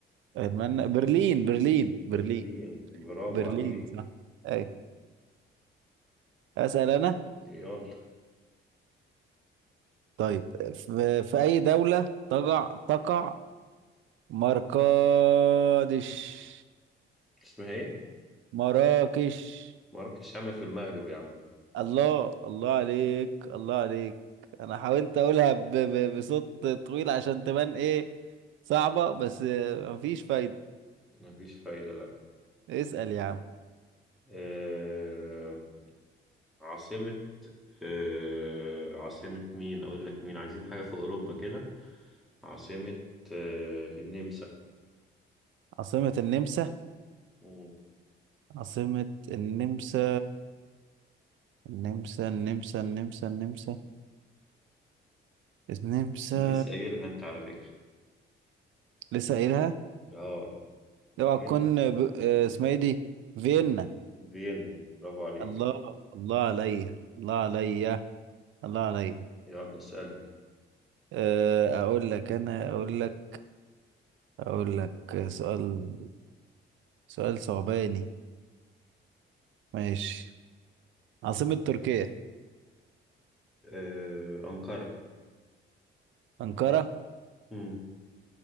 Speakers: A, on the right; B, in the centre.
A: ألمانيا برلين برلين
B: برلين
A: برلين
B: برافو
A: برلين
B: عليك
A: صح أي أسأل أنا
B: يلا
A: طيب في... في أي دولة تقع تقع مراكش
B: اسمها ايه
A: مراكش
B: مراكش عمل في المغرب يا عم
A: الله الله عليك الله عليك أنا حاولت أقولها ب... ب... بصوت طويل عشان تبان إيه صعبة بس آه، مفيش فايدة
B: مفيش فايدة لا
A: اسأل يا عم
B: آه... عاصمة آه... عاصمة مين اقول لك مين عايزين حاجة في اوروبا كده عاصمة آه... النمسا
A: عاصمة النمسا
B: امم
A: عاصمة النمسا النمسا النمسا النمسا النمسا النمسا
B: لسه قايلها انت على فكرة
A: لسه قايلها
B: اه
A: اوعى
B: فين؟
A: تكون ب... آه، اسمها ايه دي فيينا
B: فيينا برافو عليك
A: الله الله عليا الله عليا الله عليا
B: يلا سألني
A: آه، اقول لك انا اقول لك اقول لك سؤال سؤال صعباني ماشي عاصمة تركيا
B: آه، أنقرة
A: أنقرة
B: مم.